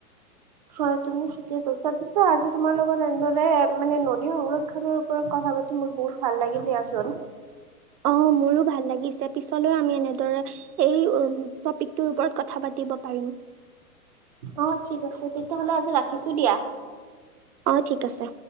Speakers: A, on the right; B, on the right.
A: হয় তুমি ঠিকে কৈছা পিছে আজি তোমাৰ লগত এনেদৰে মানে নদী সংৰক্ষণৰ। কথা পাতি মোৰ বহুত ভাল লাগিল দিয়া চোন।
B: অ মোৰো ভাল লাগিছে পিছলৈও আমি এনেদৰে এই উ টপিক ৰ ওপৰত কথা পাতি। দিব পাৰিম।
A: অ ঠিক আছে তেতিয়াহ'লে আজি ৰাখিছো দিয়া।
B: অ ঠিক আছে।